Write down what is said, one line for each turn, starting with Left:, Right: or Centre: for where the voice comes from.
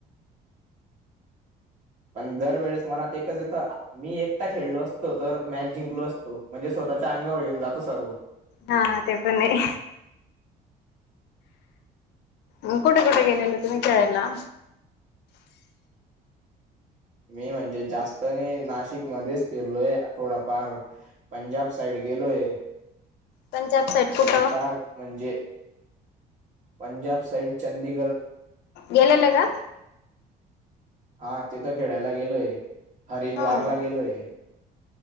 Right: पण दरवेेळेस मनात एकच येतं मी एकटा खेळलो असतो तर मॅच जिंकलो असतो म्हणजे स्वतःच्या अंगावर येऊन जातो सगव.
Left: हा ते पण नाही. ह कुठे-कुठे गेलेल तुमही केळलला?
Right: मी म्हणजे जास्तने नाशिक मध्येच फिरलोय थोडाफार. पंजाब साईड गेलोय,
Left: पंजाब साईड कुठं
Right: उत्तरा म्हणजे, पंजाब साईड चंदीगड
Left: गेलेले का?
Right: हा तिथं खेळायला गेलोय, हरिद्वारला
Left: हा
Right: गेलोय.